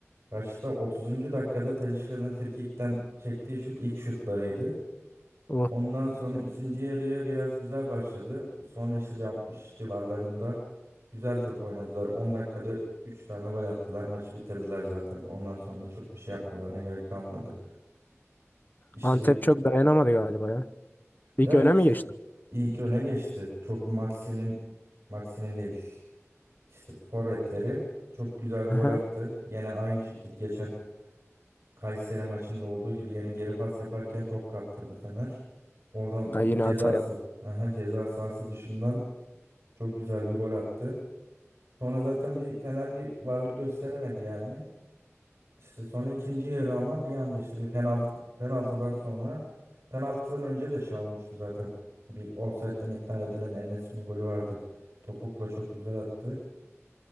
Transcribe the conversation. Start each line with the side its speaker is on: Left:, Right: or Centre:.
Right: kaçta 30. dakikada Talisca'nın frikikten çektiği şut ilk şutlarıydı.
Left: O
Right: Ondan sonra ikinci yarıya biraz güzel başladı. Sonra işte bir 60 civarlarında güzel top oynadılar. 10 dakikada 3 tane gol attılar. Maçı bitirdiler zaten. Ondan sonra da çok bir şey yapmalarına gerek kalmadı. İşte
Left: Antep
Right: bir
Left: çok dayanamadı galiba ya. İlk
Right: ya
Left: öne
Right: ilk
Left: mi geçti?
Right: ilk öne geçti. Çok Maxim'in Maxim'in değil. İşte forvetleri çok güzel bir gol
Left: Aha.
Right: attı. Yine aynı şekilde geçen Kayseri maçında olduğu gibi yine geri pas yaparken top kaptırdı Fener. Oradan
Left: Ha,
Right: bir
Left: yine
Right: cezası.
Left: hata yaptı.
Right: Aha, ceza sahası dışından Çok güzel bir gol attı. Sonra zaten bir Fener bir varlık gösteremedi yani. İşte sonra ikinci yarı ama bir anda işte bir penaltı penaltıdan sonra penaltıdan önce de şey olmuştu zaten. Bir ofsaytten iptal edilen En-Nesyri'nin golü vardı. Topukla çok güzel attı.